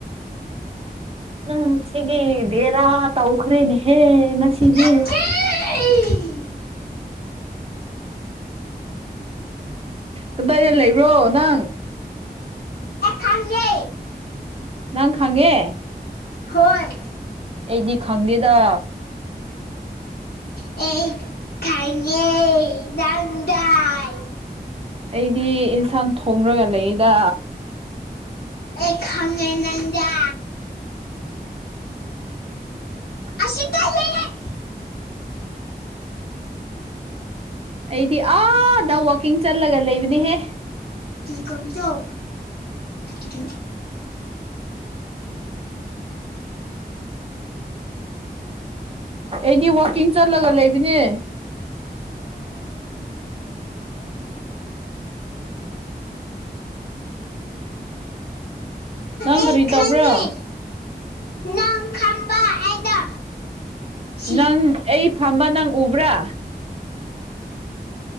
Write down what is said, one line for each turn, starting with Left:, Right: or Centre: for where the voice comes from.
Right: ꯅꯪ ꯁꯤꯒꯤ ꯕꯦꯔꯥ ꯇꯧꯈ꯭ꯔꯦꯅꯦꯍꯦ ꯉꯁꯤꯗꯤ
Left: ꯅꯠꯇꯦ ꯑꯩ
Right: ꯀꯗꯥꯏꯗ ꯂꯩꯕ꯭ꯔꯣ ꯅꯪ
Left: ꯈꯪꯉꯦ
Right: ꯅꯪ ꯈꯪꯉꯦ
Left: ꯍꯣꯏ
Right: ꯑꯩꯗꯤ ꯈꯪꯗꯦꯗ
Left: ꯑꯦ ꯈꯪꯉꯦ ꯅꯪꯗꯥꯏ
Right: ꯑꯩꯗꯤ ꯑꯦꯟꯁꯥꯡ ꯊꯣꯡꯔꯒ ꯂꯩꯗ
Left: ꯑꯩ ꯈꯪꯉꯦ ꯅꯪ ꯌꯥ
Right: <inaudible>
Left: ꯑꯁꯤꯗ ꯂꯩꯌꯦ
Right: ꯑꯩꯗꯤ ꯑꯥꯗ ꯋꯥꯛꯀꯤꯡ ꯆꯠꯂꯒ ꯂꯩꯕꯅꯤꯍꯦ
Left: ꯇꯤꯡ ꯀꯝ ꯆꯧ ꯑꯗꯨ
Right: ꯑꯩꯗꯤ ꯋꯥꯛꯀꯤꯡ ꯆꯠꯂꯒ ꯂꯩꯕꯅꯦ ꯅꯪ
Left: ꯑꯩ
Right: ꯀꯔꯤ ꯇꯧꯕ꯭ꯔ
Left: ꯈꯪꯉꯦ ꯅꯪ ꯈꯪꯕ ꯑꯩꯗꯣ ꯁꯤ
Right: ꯅꯪ ꯑꯩ ꯐꯝꯕ ꯅꯪ ꯎꯕ꯭ꯔꯥ